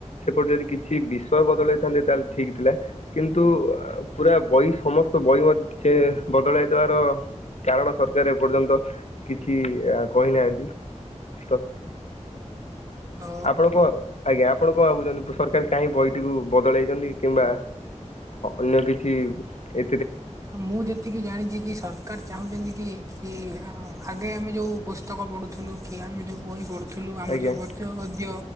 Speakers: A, on the left; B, on the right.
A: ସେପଟେ ଯଦି କିଛି ବି ବିଷ ବଦଳେଇଥାନ୍ତେ ତାହେଲେ ଠିକ୍ ଥିଲା କିନ୍ତୁ ପୁରା ବହି ସମସ୍ତ ବହି ମଧ୍ୟ ଚେ ବଦଳାଇ ଦବାର କାରଣ ସରକାର ଏପର୍ଯ୍ୟନ୍ତ କିଛି କହିନାହାନ୍ତି। ତ
B: ଅ
A: ଆପଣ କ ଆଜ୍ଞା। ଆପଣ କଣ ଭାବୁଛନ୍ତି ସରକାର କାହିଁ ବହିଟି କୁ ବଦଳାଇଛନ୍ତି କିମ୍ବା ଅନ୍ୟ କିଛି ଏ
B: ମୁଁ ଯେତିକି ଜାଣିଛି କି ସରକାର ଚାହୁଁଛନ୍ତି କି କି ଆଗେ ଆମେ ଯୋଉ ପୁସ୍ତକ ପଢ଼ୁଥିଲୁ କି ଆମେ ଯେଉଁ ବହି ପଢ଼ୁଥିଲୁ ଆମର
A: ଆଜ୍ଞା
B: ଯୋଉ ଗଦ୍ୟ ଗଦ୍ୟ